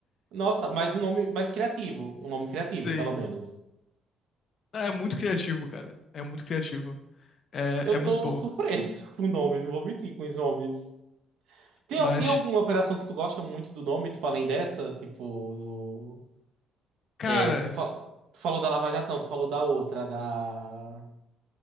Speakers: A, on the right; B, on the left.
A: Nossa, mas o nome mais criativo, um nome criativo,
B: Sim.
A: pelo menos.
B: É muito criativo, cara. É muito criativo. É,
A: Eu
B: é muito
A: tô
B: bom.
A: surpreso <laughs> com o nome, não vou mentir com os nomes. Tem,
B: Mas,
A: al- tem alguma operação que tu gosta muito do nome, tipo, além dessa? Tipo, do,
B: cara.
A: é, tu, fa- tu falou da Lava Jato, não, tu falou da outra, da,